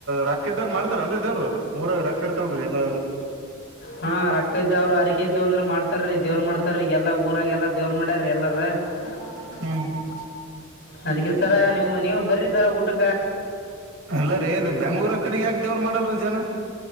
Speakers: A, on the right (about 65°); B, on the left (about 55°).
A: ರೊಕ್ಕ ಇದ್ದಾರ ಮಾಡ್ತಾರೇನ್ರಿ ದೇವ್ರರು ಊರಾಗ ರೊಕ್ಕ ಇರ್ತವ ಅಲ್ರೀ ಎಲ್ಲ
B: ಹಾ ರೊಕ್ಕ ಇದ್ದವ್ರರು ಹರಿಕೆ ಇದ್ದು ಅಂದ್ರ ಮಾಡ್ತಾರೀ ದೇವ್ರ ಮಾಡತಾರೀ ಎಲ್ಲ ಊರಾಗ ಎಲ್ಲ ದೇವ್ರ ಮಾಡ್ಯಾರ ಎಲ್ಲಾರ <unintelligible>
A: ಹ್ಮ್
B: ಅದಕ್ಕೆ ಸರ ನಿಮ್ಮ ನೀವು ಬರ್ರಿ ಸರ ಊಟಕ್ಕ.
A: ಇಲ್ಲರಿ ಬೆಂಗ್ಳೂರ್ ಕಡೆ ಯಾಕ ದೇವ್ರು ಮಾಡಲ್ರಿ ಜನ.